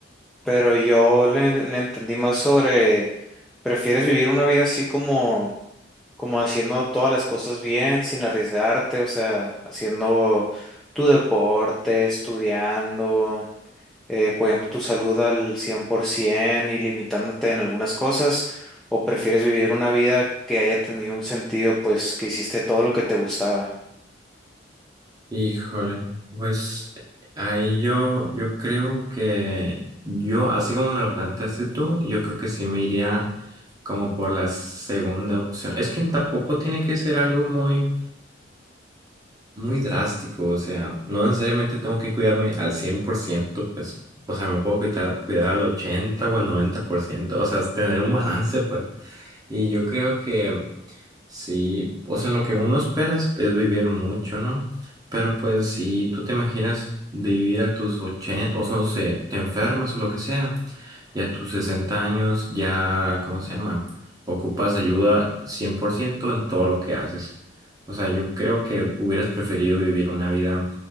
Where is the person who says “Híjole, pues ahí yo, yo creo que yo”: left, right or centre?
Right